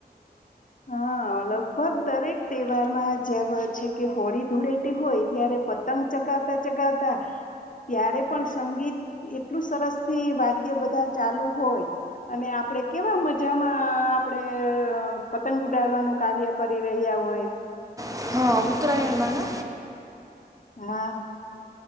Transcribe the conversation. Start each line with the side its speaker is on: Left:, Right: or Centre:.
Left: હા લગભગ દરેક તહેવારમાં જેવ છે કે હોળી ધૂળેટી હોય ત્યારે પતંગ ચગાવતા ચગાવતા ત્યારે પણ સંગીત એટલું સરસ થી વાદ્ય બધા ચાલુ હોય અને આપણે કેવા મજામાં આપણે પતંગ ઉડાડવાનું કાર્ય કરી રહ્યા હોય
Right: છે હા ઉત્તરાયણમાં ને
Left: હા